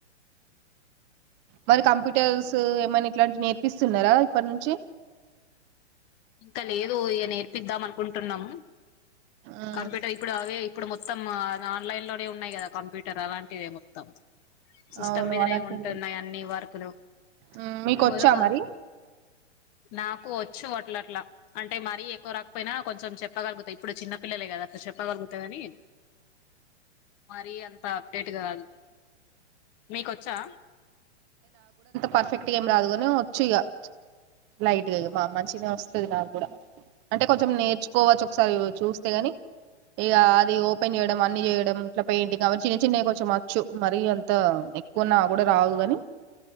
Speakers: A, on the right; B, on the left.
A: మరి కంప్యూటర్సూ ఏమన్నిట్లాంటి నేర్పిస్తున్నారా ఇప్పట్ నుంచి
B: ఇంక లేదు ఇగ నేర్పిద్దాం అనుకుంటున్నం
A: ఉమ్,
B: కంప్యూటర్ ఇప్పుడవే ఇప్పుడు మొత్తం అ ఆన్లైన్లోనె ఉన్నయ్ గద కంప్యూటరలాంటిదె మొత్తం. సిస్టమ్
A: అవును
B: మీదనే
A: అలాంటివి
B: ఉంటున్నాయన్ని వర్కులు
A: ఉమ్, మీకు
B: <unintelligible>
A: వచ్చా మరి
B: నాకూ ఒచ్చు వ ట్లట్ల అంటె మరీ ఎక్వ రాకపొయ్నా కొంచం చెప్పగల్గుత ఇప్పుడు చిన్న పిల్లలే గద అట్ల చెప్పగల్గుత గాని మరీ అంత అప్డేట్ గాదు మీకొచ్చా.
A: పర్ఫెక్ట్గేమ్ రాదుగను ఒచ్చిగ లైట్గిగ మా మంచినే ఒస్తద్ నాగ్గుడ. అంటె కొంచం నేర్చుకోవచ్చ్ ఒక్సారి చూస్తే గని
B: మ్మ్
A: ఇగా అది ఓపెన్ జెయ్డం వన్ని జెయ్డం ఇట్ల పెయ్ంటింగ్ అవన్ చిన్ చిన్నయ్ కొంచమచ్చు మరీ అంత ఎక్కువ నాగ్గుడ రాదు గని